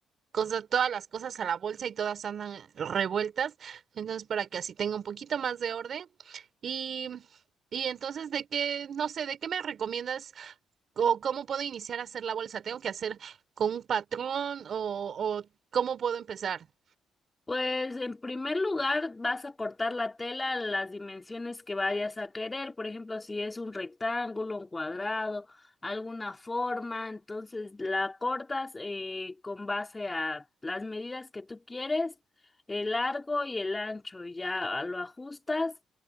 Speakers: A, on the right; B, on the left.
A: cosas, todas las cosas a la bolsa y todas andan revueltas. Entonces, para que así tenga un poquito más de orden. Y, y entonces, ¿de qué, no sé, de qué me recomiendas o cómo puedo iniciar a hacer la bolsa? ¿Tengo que hacer con un patrón o, o cómo puedo empezar?
B: Pues en primer lugar vas a cortar la tela a las dimensiones que vayas a querer, por ejemplo, si es un rectángulo, un cuadrado, alguna forma, entonces la cortas eh, con base a las medidas que tú quieres, el largo y el ancho, y ya lo ajustas.